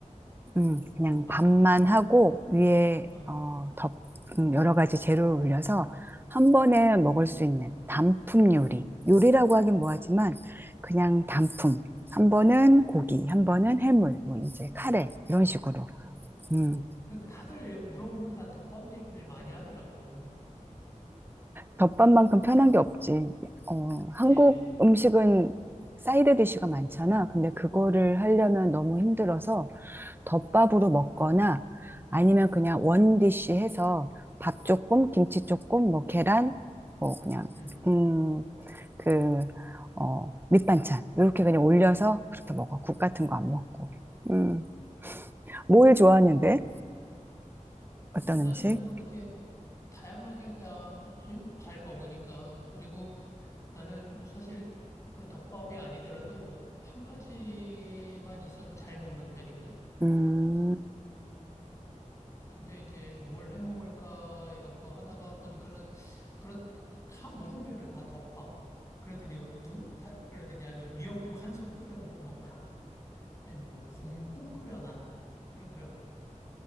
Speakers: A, on the right; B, on the left.
A: 음, 그냥
B: 아,
A: 밥만
B: 그래?
A: 하고, 위에,
B: 어.
A: 어, 덮, 음, 여러 가지 재료를 올려서 한 번에 먹을 수 있는 단품 요리. 요리라고 하긴 뭐하지만, 그냥 단품. 한 번은 고기, 한 번은 해물, 뭐, 이제 카레, 이런 식으로. 음,
B: 그러니까 다들 물어보면 다 덮밥 얘기들 많이 하더라고.
A: 덮밥만큼 편한 게 없지. 어,
B: 그치?
A: 한국 음식은 사이드 디쉬가 많잖아. 근데 그거를 하려면 너무 힘들어서, 덮밥으로 먹거나 아니면 그냥 원디쉬 해서 밥 조금, 김치 조금, 뭐 계란, 뭐 그냥
B: 음,
A: 음, 그, 어, 밑반찬 이렇게 그냥 올려서 그렇게 먹어. 국 같은 거 안 먹고. 음, 뭘
B: 음.
A: 좋아하는데? 어떤
B: 아니, 나는
A: 음식?
B: 뭐 이렇게 다양하게 다 잘 먹으니까. 그리고 나는 사실 뭐 덮밥이 아니더라도 한 가지만 있어도 잘 먹는 편이거든.
A: 음,
B: 근데 이제 뭘 해 먹을까 이런 거 하다가 보니까는 그렇 다 물으면은 다 덮밥. 그러더니 누, 다, 그러더니 아니면 미역국 한솥 끓여 놓고 먹어라. 아니면 뭐 곰국 끓여 놔라. 그러더라고.